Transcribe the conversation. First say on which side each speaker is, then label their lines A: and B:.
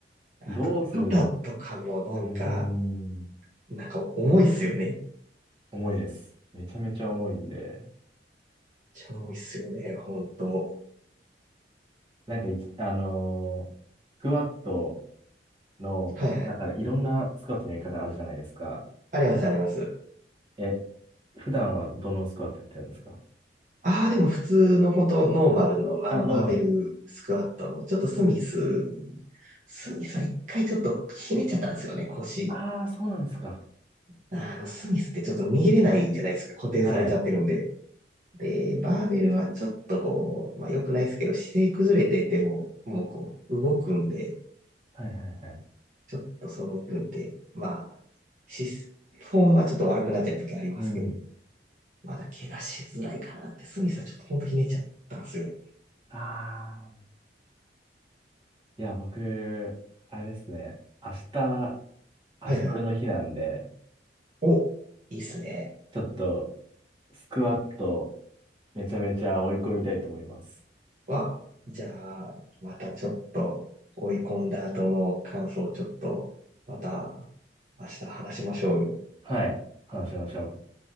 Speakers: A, on the right (about 45°); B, on the right (about 25°).
A: あと、
B: どうすれば、
A: 肩とかもなんか、
B: うーん、
A: なんか重いっすよね。
B: 重いです。めちゃめちゃ重いんで。
A: 超重いっすよね、ほんと。
B: なんかいつ、あのースクワットの、
A: はいはい。
B: なんからいろんなスクワットのやり方あるじゃないですか。
A: ありますあります。
B: え、普段はどのスクワットやってるんですか
A: ああ、でも普通の本当ノーマルのあのバーベルスクワットの、
B: あ、ノーマルの。
A: ちょっとスミス、スミスは一回ちょっとひねっちゃったんですよね、腰。
B: ああ、そうなんですか。
A: あの、スミスってちょっと逃げれないじゃないですか、固定されちゃってるんで。
B: はい。
A: で、バーベルはちょっとこう、まあ良くないですけど、姿勢崩れてても、もうこう、動くんで、
B: はいはいはい。
A: ちょっとその分で、まあ、し、フォームはちょっと悪くなっちゃう時ありますけど、
B: うん。
A: まだ怪我しづらいかなって、スミスはちょっとほんとひねっちゃったんですよ。
B: ああ。いや、僕、あれですね。明日、明日トレの日なんで、
A: はいはいはい。お、いいっすね。
B: ちょっと、スクワット、めちゃめちゃ追い込みたいと思います。
A: は、じゃあ、またちょっと追い込んだ後の感想をちょっと、また明日話しましょうよ。
B: はい。話しましょう。